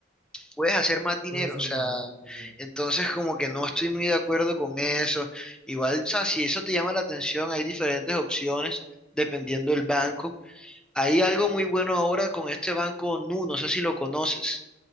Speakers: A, in the centre; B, on the right.
A: puedes hacer más dinero,
B: puedo hacer
A: o sea,
B: más. Ok.
A: entonces como que no estoy muy de acuerdo con eso. Igual, o sea, si eso te llama la atención, hay diferentes opciones dependiendo del banco. Hay algo muy bueno ahora con este banco Nu, no sé si lo conoces.